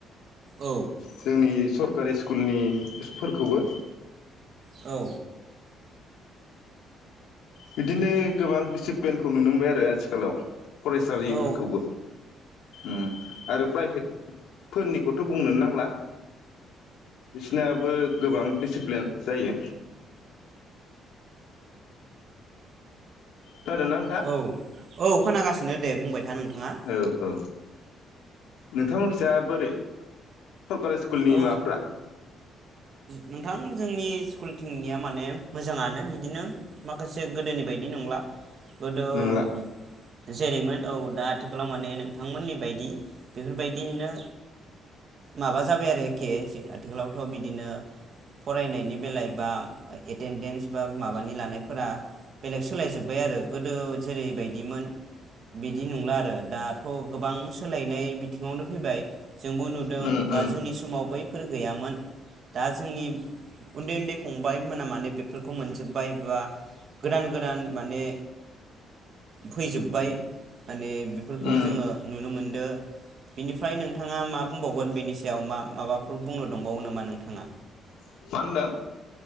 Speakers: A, on the right; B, on the left.
A: औ
B: जोंनि सर कारि स्कुलनि <unintelligible> फोरखौबो
A: औ
B: बिदिनो गोबां डिसिप्लेनखौ नुनो मोनबाय आरो आथिखालाव। फरायसालि
A: औ
B: फोरखौबो उम आरो प्राइभेट फोरनिखौथ' बुंनोनो नांला बिसिनाबो गोबां डिसिप्लेन जायो। खोनादोंना नोंथां
A: औ औ खोनागासि नो दे बुंबाय था नोंथाङा
B: औ औ नोंथां मोनखिजा बोरै? सरकारि स्कुलनि
A: औ
B: माबाफोरा
A: नोंथां जोंनि स्कुलथिंनिया माने मोजाङानो बिदिनो माखासे गोदोनि बायदि नंला गोदो
B: नोंला
A: <unintelligible> जेरैमोन औ दा आथिखालाव माने नोंथांमोननि बायदि बेफोरबायदिनो माबा जाबाय आरो एखे आथिखालावथ' बिदिनो फरायनायनि बेलाय बा एटेन्डेन्स बा माबानि लानायफोरा बेलेग सोलायजोब्बाय आरो गोदो जेरैबायदिमोन बिदि नंला आरो दाथ' गोबां सोलायनाय बिथिङावनो फैबाय जोंबो नुदों
B: उम
A: बा
B: उम उम
A: जोंनि समाव बैफोर गैयामोन। दा जोंनि उन्दै उन्दै फंबाय मोना माने बेफोरखौ मोनजोबबाय बा गोदान गोदान माने फैजोबबाय माने बेफोरखौ
B: मा
A: जोङो नुनो मोनदो बिनिफ्राय नोंथाङा मा बुंबावगोन बेनि सायाव मा माबाफोर बुंनो दंबावो नामा नोंथां? थांङा?
B: मा होनदों?